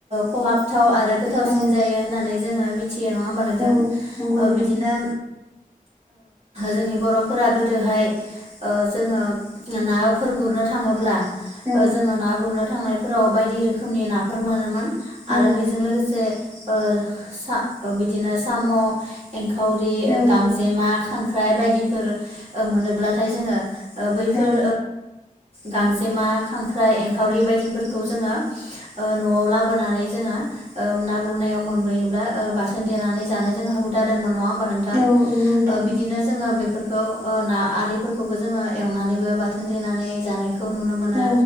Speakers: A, on the right (about 45°); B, on the right (about 20°).
A: खहाबथाव आरो गोथावसिन
B: औ
A: जायो होननानै जोङो मिथि मिथियो नङा होमबा नोंथां
B: औ नंगौ नोंथां
A: बिदिनो जोंनि बर'फोरा गोदोहाय जोङो नाफोर गुरनो थाङोब्ला
B: औ
A: ओ जोङो ना गुरनो थांनायफोराव बायदि रोखोमनि नाफोर मोनोमोन
B: औ
A: आरो बेजों लोगोसे बिदिनो साम' एंखावरि
B: औ
A: गांजेमा खांख्राइ बायदिफोर मोनोब्लाथाय जोङो बैफोर
B: औ
A: गांजेमा खांख्राइ एंखावरि बायदिफोरखौ जोङो न'आव लाबोनानै जोङो ना गुरनायाव मोनबोयो बाथोन देनानै जानो जोङो हुदा दङमोन नङाहोमबा नोंथां
B: औ नंगौ नोंथां
A: बिदिनो जोङो फोरखौ ना आरिफोरखौबो जोङो एवनानैबो बाथोन देनानै जानायखौ नुनो मोनो
B: औ